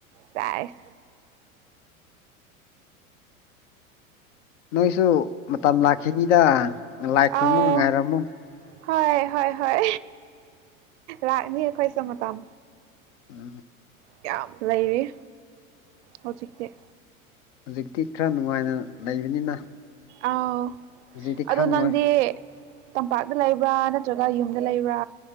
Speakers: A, on the right (about 55°); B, on the left (about 60°).
A: ꯆꯥꯏ
B: ꯅꯣꯏꯁꯨ ꯃꯇꯝ ꯂꯥꯛꯈꯤꯅꯤꯗ ꯂꯥꯏ ꯈꯨꯔꯨꯝꯃꯒ
A: ꯑꯥꯎ
B: ꯉꯥꯏꯔꯝꯃꯨ
A: ꯍꯣꯏ ꯍꯣꯏ ꯂꯥꯛꯅꯤ ꯑꯈꯣꯏꯁꯨ ꯃꯇꯝ꯫
B: <unintelligible>
A: ꯌꯥꯝ ꯂꯩꯔꯤ ꯍꯧꯖꯤꯛꯇꯤ꯫
B: ꯍꯧꯖꯤꯛꯇꯤ ꯈꯔ ꯅꯨꯡꯉꯥꯏꯅ ꯂꯩꯕꯅꯤꯅ꯫
A: ꯑꯧ
B: ꯍꯧꯖꯤꯛꯇꯤ
A: ꯑꯗꯣ
B: ꯈꯪꯉꯣꯏ
A: ꯅꯪꯗꯤ꯫ ꯇꯝꯄꯥꯛꯇ ꯂꯩꯕ꯭ꯔꯥ ꯅꯠꯇ꯭ꯔꯒ ꯌꯨꯝꯗ ꯂꯩꯕ꯭ꯔꯥ